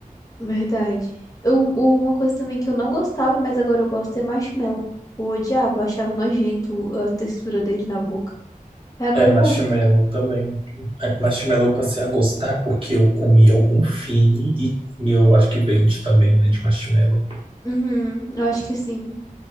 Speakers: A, on the left; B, on the right.
A: verdade. Eu, o- uma coisa também que eu não gostava, mas agora eu gosto é marshmallow. Eu odiava, eu achava nojento a textura dele na boca. Aí agora
B: É, marshmallow
A: eu gosto.
B: também. É, Marshmallow eu passei a gostar porque eu comi algum fine e e eu acho que vende também, né, de marshmallow.
A: Uhum, eu acho que sim.